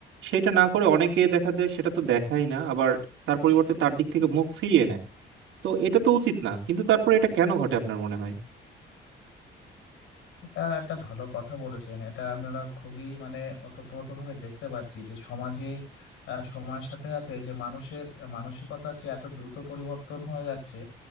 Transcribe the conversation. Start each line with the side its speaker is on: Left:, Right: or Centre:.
Right: সেটা না করে অনেকে দেখা যায় সেটা তো দেখাই না আবার তার পরিবর্তে তার দিক থেকে মুখ ফিরিয়ে নেয় তো এটা তো উচিত না কিন্তু তারপরে এটা কেন ঘটে আপনার মনে হয়
Left: এটা একটা ভালো কথা বলেছেন এটা আমরা খুবই মানে ওতপ্রোতভাবে দেখতে পাচ্ছি যে সমাজে আহ, সময়ের সাথে সাথে যে মানুষের মানসিকতার যে এত দ্রুত পরিবর্তন হয়ে যাচ্ছে